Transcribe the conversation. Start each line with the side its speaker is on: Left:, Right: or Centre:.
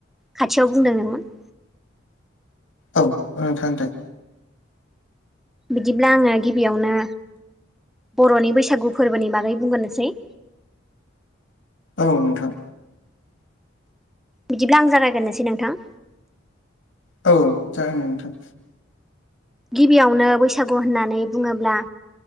Centre: खाथियाव बुंदों <unintelligible>
Left: औ औ नोंथां दे
Centre: बिदिब्ला आङो गिबियावनो बर'नि बैसागु फोरबोनि बागै बुंग्रोनोसै
Left: औ नोंथां
Centre: बिदिब्ला आं जागायग्रोनोसै नोंथां
Left: औ <unintelligible>
Centre: गिबियावनो बैसागु होननानै बुङोब्ला